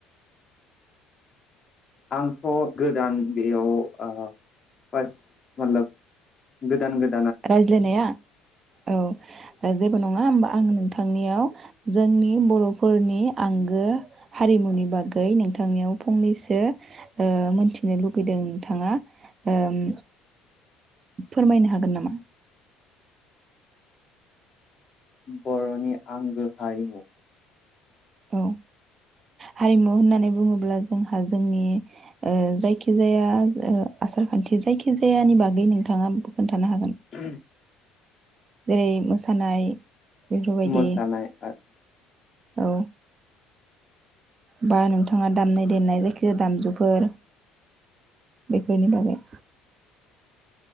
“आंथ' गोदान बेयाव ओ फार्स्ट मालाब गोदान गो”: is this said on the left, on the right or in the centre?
Left